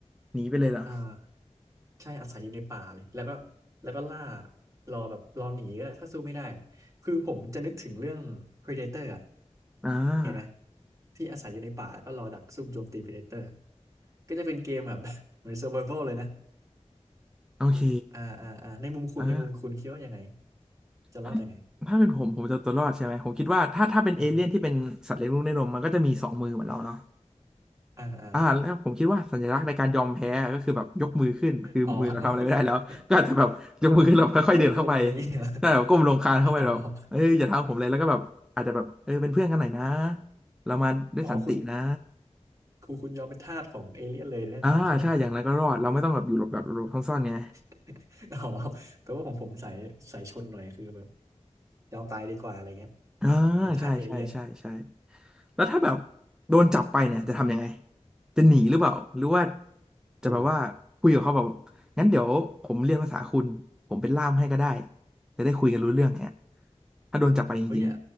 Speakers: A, in the centre; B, on the right.
A: หนีไปเลยเหรอ
B: อ่าใช่อาศัยอยู่ในป่าเลยแล้วก็แล้วก็ล่ารอแบบรอหนีก็ได้ถ้าสู้ไม่ได้คือผมจะนึกถึงเรื่อง Predator อ่ะ
A: อ่า
B: เห็นไหมที่อาศัยอยู่ในป่าแล้วก็รอดักซุ่มโจมตี Predator ก็จะเป็นเกมแบบ <laughs> เหมือน Survival เลยนะ
A: โอเค
B: อ่าอ่าอ่าในมุมคุณในมุมคุณคิดว่ายังไง
A: อ่า
B: จะรอดยังไง
A: ถ้าถ้าเป็นผมผมจะเอาตัวรอดใช่ไหม ผมคิดว่าถ้าถ้าเป็นเอเลี่ยนที่เป็นสัตว์เลี้ยงลูกด้วยนมมันก็จะมีสองมือเหมือนเราเนาะ
B: อือฮึอ่าอ่า
A: อ่าแล้วผมคิดว่าสัญลักษณ์ในการยอมแพ้ก็คือแบบยกมือขึ้นคือมือเราทำอะไรไม่ได้แล้วก็อาจจะแบบยกมือขึ้นเราค่อยๆเดินเข้าไป
B: อ๋อ <laughs> ก้มลงอะไรอย่างเงี้ย
A: ได้แบบก้มลงคลานเข้าไปแบบเอ้ยอย่าทำผมเลยแล้วก็แบบอาจจะแบบเออเป็นเพื่อนกันหน่อยนะ
B: อ๋อ
A: เรามาด้วยสันตินะ
B: อ๋อคุณคุณคุณยอมเป็นทาสของเอเลี่ยนเลยแน่นอนใช่ไหม
A: อ่าใช่อย่างไรก็รอดเราไม่ต้องแบบอยู่หลบแบบหลบซ่อนๆไง
B: <laughs> อ๋อแต่ว่าของผมสายสายชนหน่อยคือแบบยอมตายดีกว่าอะไรเงี้ย
A: อ่า
B: เป็นทาสเอเลี่ยน
A: ใช่ใช่ใช่ใช่แล้วถ้าแบบโดนจับไปเนี่ยจะทำยังไง
B: อืมอืม
A: จะหนีหรือเปล่าหรือว่าจะแบบว่าคุยกับเขาแบบ
B: โห
A: งั้นเดี๋ยวผมเรียนภาษาคุณผมเป็นล่ามให้ก็ได้จะได้คุยกันรู้เรื่องเนี่ยถ้าโดนจับไปจริง
B: เฮ้ยอ่ะ